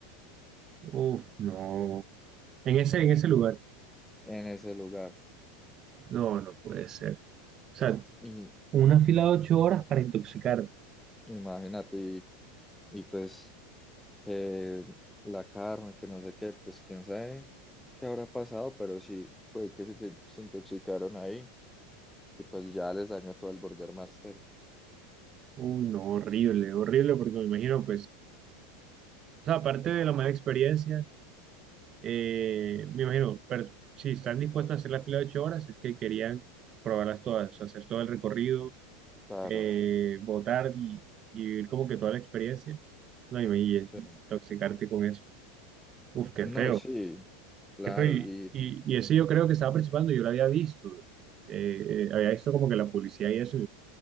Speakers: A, on the right (about 25°); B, in the centre.
A: Uf, no. En ese, en ese lugar.
B: en ese lugar.
A: No, no puede ser. O sea,
B: Y
A: una fila de ocho horas para intoxicarte.
B: imagínate, y, y pues que la carne, que no sé qué, pues quién sabe qué habrá pasado, pero sí, fue que se, se intoxicaron ahí y pues ya les dañó todo el Burger Master.
A: Uy, no, horrible, horrible, porque me imagino, pues, o sea, aparte de la mala experiencia, eh, me imagino, pero si están dispuestos a hacer la fila de ocho horas, es que querían probarlas todas, o sea, hacer todo el recorrido,
B: Claro,
A: eh, votar y, y vivir como que toda la experiencia. No, y me- y intoxicarte
B: sí.
A: con eso. Uf, qué
B: No,
A: feo,
B: sí, claro,
A: qué feo. Y,
B: y
A: y, y ese yo creo que estaba participando, yo lo había visto. Eh, eh, había visto como que la publicidad y eso,